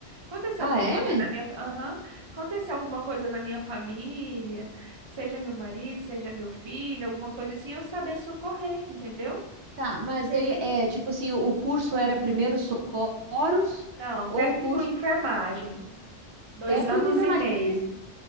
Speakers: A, on the right; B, on the right.
A: Acontecer
B: Ah,
A: alguma
B: é?
A: coisa na minha, fa- aham, Acontecer alguma coisa na minha família, seja meu marido, seja meu filho, alguma coisa assim, eu saber socorrer, entendeu?
B: Tá, mas
A: E
B: daí
A: aí?
B: é tipo assim, o curso
A: Ah.
B: era primeiro socorros
A: Não,
B: ou
A: técnico
B: o curso
A: em enfermagem, dois
B: técnico
A: anos
B: em enfermagem?
A: e meio.
B: Tu fez?